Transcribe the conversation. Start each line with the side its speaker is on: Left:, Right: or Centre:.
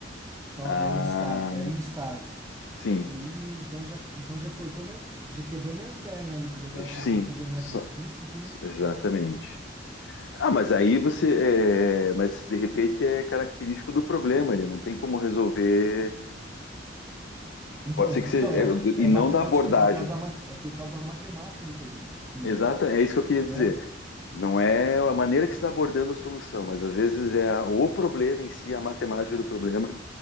Right: Cal-
Left: Ah,
Right: É instável, é instável.
Left: sim.
Right: Eu falei, "Ih, então já, então já cortou minhas, já quebrou minhas pernas ali, porque eu tava
Left: Sim,
Right: pensando em fazer um método
Left: só-
Right: explícito, né?
Left: exatamente. Ah, mas aí você, é, mas de repente é característico do problema, ele não tem como resolver.
Right: Então,
Left: Pode ser que
Right: então
Left: seja,
Right: é,
Left: é,
Right: é
Left: e não
Right: matemática,
Left: da abordagem.
Right: é por causa da, mate- é por causa da matemática do problema, do,
Left: Exata,
Right: do,
Left: é isso que eu queria
Right: do
Left: dizer.
Right: método.
Left: Não é a maneira que você está abordando a solução, mas às vezes é a- o problema em si, a matemática do problema,